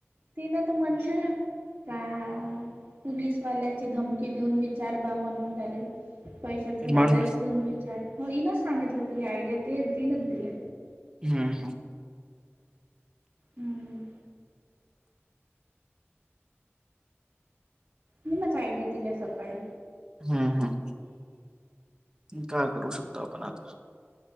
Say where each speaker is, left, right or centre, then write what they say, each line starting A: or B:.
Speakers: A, on the right; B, on the right.
A: तिन तर म्हणषा. का पुलीसवाल्याची धमकी देऊन, विचारनार म्हणून त्याले. पैशाचा लालच
B: म्हण
A: देऊन विचार, इनच सांगितलं तिला आयडिया ते दिनच दिले.
B: हम्म हम.
A: हम्म. मीनच आयडिया दिल्या सकाळी.
B: हम् हम, काय करू शकतो आपण आता.